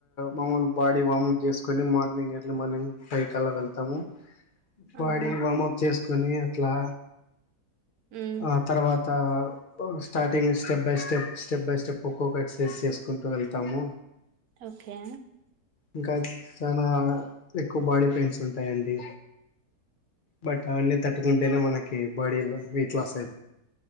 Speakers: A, on the left; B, on the right.
A: మామూలు బాడీ వామప్ చేసుకుని మార్నింగే అట్లే మనం పైకల్లా వెళ్తాము బాడీ
B: ఆహా
A: వామప్ చేసుకొని అట్లా
B: ఉమ్
A: ఆ తర్వాత starting step by step step by step ఖోఖోకు ఎక్సర్సైజ్ చేసుకుంటూ వెళ్తాము
B: ఓకే
A: ఇంకా చానా ఎక్కువ బాడీ పెయిన్స్ ఉంటాయండి బట్ అవన్నీ తట్టుకుంటేనే మనకి బాడీ వెయిట్ లాస్